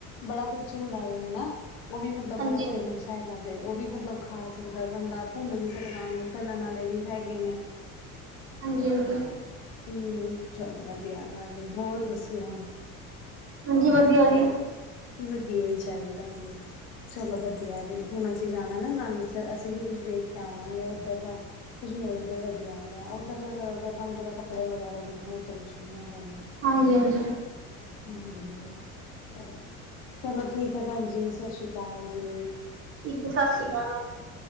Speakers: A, on the left; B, on the right.
A: ਬੜਾ ਕੁਛ ਹੁੰਦਾ ਏ ਹਨਾ, ਓ ਵੀ ਮਤਲਬ
B: ਹਾਂਜੀ
A: ਬੜਾ
B: ਹਾਂਜੀ
A: ਫੇਮਸ ਹੈਗਾ ਜੇ ਓ ਵੀ ਮਤਲਬ ਖਾ ਸਕਦਾ ਬੰਦਾ ਭੁੰਨ ਵੀ ਸਕਦਾ ਓਨੂੰ ਤਲਨ ਆਲੇ ਵੀ ਹੈਗੇ ਨੇ।
B: ਹਾਂਜੀ ਵਦੀਆ।
A: ਹੂੰ, ਚਲੋ ਵਧੀਆ ਗੱਲ ਏ, ਹੋਰ ਦੱਸੋ ਹੁਨ
B: ਹਾਂਜੀ ਵਦੀਆ ਜੀ।
A: ਵਦੀਆ ਈ ਚਾਈਦਾ ਗੇਐ। ਚਲੋ ਵਦੀਆ ਜੀ ਹੁਨ ਅਸੀਂ ਜਾਨਾ ਨਾ ਨਾਨਕਸਰ ਹੁਨ ਅਸੀਂ ਵੀ ਕੁਝ ਦੇਖ ਕੇ ਆਵਾਂਗੇ ਓਦਰ ਦਾ। ਕੁਛ ਮਿਲ ਜੇ ਵਦੀਆ ਜਾ ਓਦਰ ਤਾਂ ਜਾਦਾਤਰ ਤੁਆਨੂੰ ਪਤਾ ਕੱਪੜੇ ਵਗੈਰਾ ਈ ਨੇ ਹੋਰ ਤਾਂ ਕੁਛ ਨੀ ਹੈਗਾ।
B: ਹਾਂਜੀ-ਹਾਂਜੀ।
A: ਹੂੰ ਚਲੋ ਠੀਕ ਐ ਭੈਨ ਜੀ ਸਸਰੀ ਕਾਲ ਜੀ।
B: ਠੀਕ ਐ ਸਾਸਰੀ ਕਾਲ ਮੈਮ।